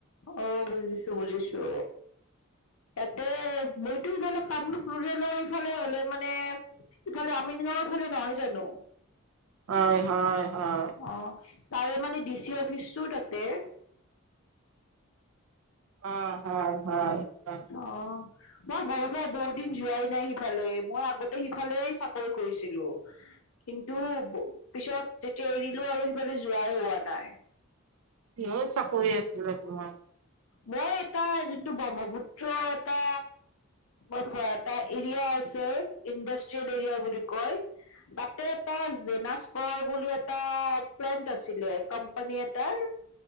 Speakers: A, on the left; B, on the right.
A: অ', বুজিছো, বুজিছো ইয়াতে বইতো সফালে কামৰূপ ৰুলেৰ ইফালে হলে মানে ইফালে আমিনগাঁওৰ ফালে নহয় জানো
B: হয় হয় হয়
A: অ', তাৰে মানে ডিচি অফিচটো তাতে
B: অ', হয়, হয় হয়
A: অ', মই বৰু পৰাই বহু দিন যোৱাই নাই সিফালে মই আগতে সিফালে চাকৰি কৰিছিলো কিন্তু পিছত তেতিয়া এৰিলো ও আৰু সেইফালে যোৱাই হোৱা নাই
B: কিহৰ চাকৰি আছিলে তোমাৰ
A: মই এটা যোনটো ব্ৰহ্মপুত্ৰ এটা ম এটা এৰিয়া আছে ইণ্ডাষ্ট্ৰিয়েল এৰিয়া বুলি কয় তাতে এটা জেনাছ পৰ বুলি এটা প্লেণ্ট আছিলে কোম্পানী এটাৰ